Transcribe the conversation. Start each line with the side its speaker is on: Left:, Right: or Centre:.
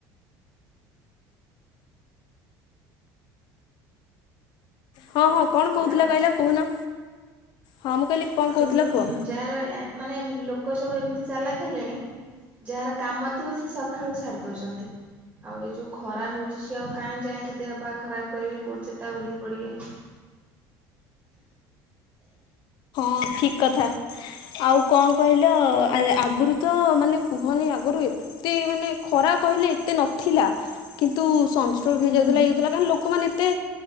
Left: ହଁ, ହଁ କଣ
Right: ହ୍ୟାଲୋ
Left: କହୁଥିଲ କହିଲ କହୁନ? ହଁ, ମୁଁ କହିଲି କଣ
Right: ମୁଁ କହିଲିଁ
Left: କହୁଥିଲ କୁହ?
Right: ଯାହାର ଆ ମାନେ ଲୋକ ସବୁ ଏମିତି ଚାଲାକ ହେଲେଣି ଯାହାର କାମ ଥିବ ସେ ସଖାଳୁ ସାରି ଦଉଛନ୍ତି। ଆଉ ଏଇ ଯୋଉ ଖରା ହଉଛି ସିଏ ଆଉ କାହିଁ ଯାଇଁକି ଦେହ ପାହ ଖରାପ କରିବେ, କୋଉଠି ଚେତା ବୁଡିକି ପଡିବେ!
Left: ହଁ, ଠିକ୍ କଥା। ଆଉ କଣ କହିଲ ଆ-ଆଗରୁ ତ ମାନେ କୁହନି ଆଗରୁ ଏତ୍ ଏତେ ମାନେ ଖରା କହିଲେ ଏତେ ନଥିଲା କିନ୍ତୁ ସଂଷ୍ଟ୍ରୋକ୍
Right: ହୁଁ
Left: ହେଇଯାଉଥିଲା ଇଏହଉଥିଲା କାହିଁ ଲୋକ୍ କମାନେ ଏତେ